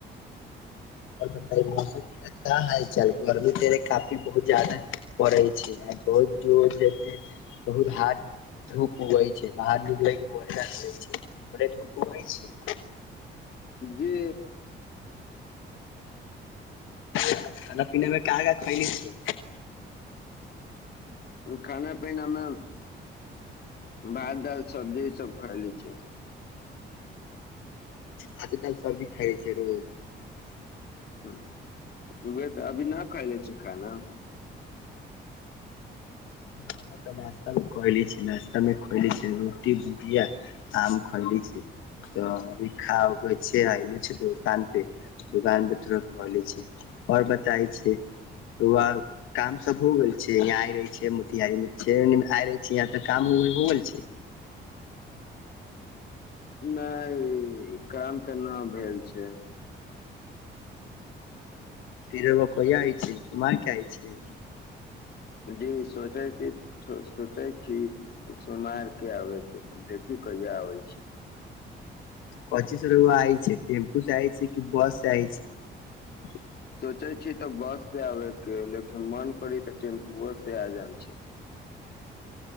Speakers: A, on the left; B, on the left.
A: आओर बता मौसम त कहाँ हाल चाल गर्मी ते काफी बहुत जादा पड़ै छै बहुत जोर जे बहुत हार्ड धूप उगै छै बाहर निकलैके मोन कर होै छै ओने धूप उगै छै
B: जी
A: खाना पीना मे का खाने छी
B: खाना पीनामे भात दाल सब्जी सब खयली छै
A: भाते दाल सब्जी खाइ छै रोज
B: ह उह तऽ अभी न खाले छी खाना
A: हमर तऽ नश्ता में क ले छी न हमरा खएले छी रोटी भुजीया आम खएले छी तऽ खाउ कह छै अइल छै तोकान पे दुकान पर तुरत बोले छी आओर बताय छी वह काम सब हो गेल छै यहाँ आय रहे छै मोतिहारी में आ रहे छै यहाँ त काम हो गेल छै
B: नहि काम तऽ न भेल छै
A: फिर एगो कोइआ आइ छै सुमार के आइ छै
B: जी सोचै छी सोचै छी सोमार के आबे के देख की कहिआ आबै छी
A: कोंची स रौवा आय छै टेम्पू से आय छै कि बस से आइ छै
B: सोचे छी तऽ बस से आबे के लेकिन मन करी तऽ टेम्पूओ से आ जायम छै <inaudible>